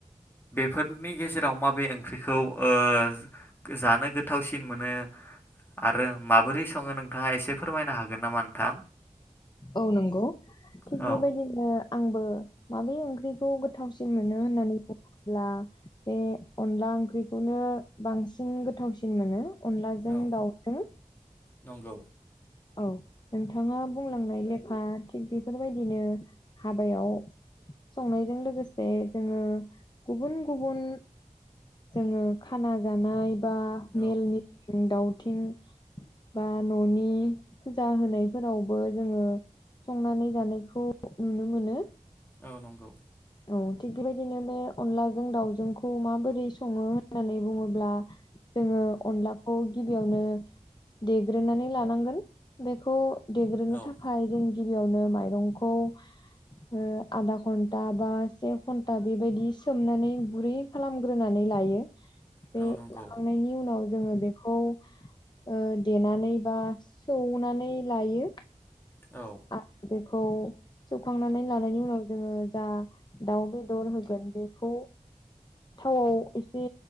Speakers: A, on the left (about 15°); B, on the left (about 35°).
A: बेफोरनि गेजेराव माबे ओंख्रिखौ ओ जानो गोथावसिन मोनो? आरो माबोरै सङो नोंथाङा एसे फोरमायनो हागोन नामा नोंथां?
B: औ नंगौ थिग
A: औ
B: बेबायदिनो आंबो माबे ओंख्रिखौ गो गोथावसिन मोनो होननानै बुङो <unintelligible> ब्ला बे अनला ओंख्रिखौनो बांसिन गोथावसिन मोनो। अनलाजों
A: औ
B: दाउजों
A: नंगौ
B: औ नोंथाङा बुंलांनाय लेखा थिग बेफोरबायदिनो हाबायाव संनायजों लोगोसे जोङो गुबुन गुबुन जोङो खाना जानाय बा मेलनि
A: औ
B: <unintelligible> दावथिं बा न'नि फुजा होनायफोरावबो जोङो संनानै जानायखौ नुनो मोनो।
A: औ नंगौ।
B: औ थिग बेबायदिनो बे अनलाजों दाावजोंखौ माबोरै सङो होननानै बुङो ब्ला जोङो अनला खौ गिबियावनो देग्रोनानै लानांगोन बेखौ देग्रोनो
A: औ
B: थाखाय जों गिबियावनो माइरंखौ ओ आधा घन्टा बा से घन्टा बेबायदि सोमनानै गुरै खालामग्रोनानै लायो। बे
A: औ नंगौ
B: लांखांनायनि उनाव जोङो बेखौ ओ देनानै ओ बा सौनानै लायो।
A: औ
B: आरो बेखौ सैखांनानै लानायनि उनाव जोङो जा दाउ बेदर होगोन बेखौ थावआव एसे